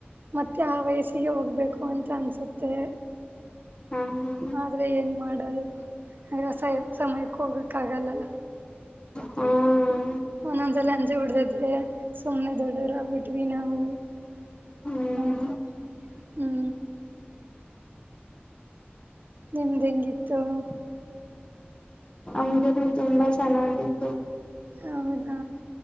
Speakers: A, on the right; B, on the left.
A: ಮತ್ತೆ ಆ ವಯಸ್ಸಿಗೆ ಹೋಗ್ಬೇಕು ಅಂತ ಅನ್ಸುತ್ತೆ
B: ಹಾ ಹಾ
A: ಆದ್ರೆ ಏನ್ ಮಾಡದು <unintelligible> ಅಂದ್ರೆಸ ಸಮಯಕ್ಕೆ ಹೋಗಕ್ಕ ಆಗಲ್ಲಲ್ಲ
B: ಹ್ಮ
A: ಒಂದೊಂದ್ಸಲ ಅಂಜೆ ಬಿಡತೈತೆ ಸುಮ್ನೆ ದೊಡ್ಡವರಾಗಿ ಬಿಟ್ವಿ ನಾವು
B: ಹ್ಮ್
A: ಹೌದು ಹ್ಮ ನಿಮ್ದ್ ಹೆಂಗಿತ್ತು ತ್ತ
B: ಅಮ್ದ ತುಂಬಾ ಚೆನ್ನಾಗಿತ್ತು
A: ಹೌದಾ